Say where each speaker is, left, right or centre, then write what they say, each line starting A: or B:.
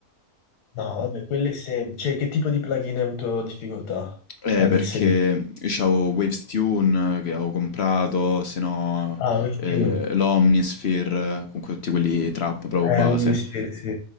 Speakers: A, on the left (about 80°); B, on the left (about 55°).
A: no, vabbè, quelle sem- Cioè, che tipo di plugin hai avuto difficoltà
B: Eh,
A: ad
B: perché
A: inserire?
B: io c'avevo Waves Tune eh, che avevo comprato, se no
A: Ah, questi
B: eh, l'Omnisphere, eh, comunque tutti quelli trap proprio
A: è
B: base.
A: un mistero, sì.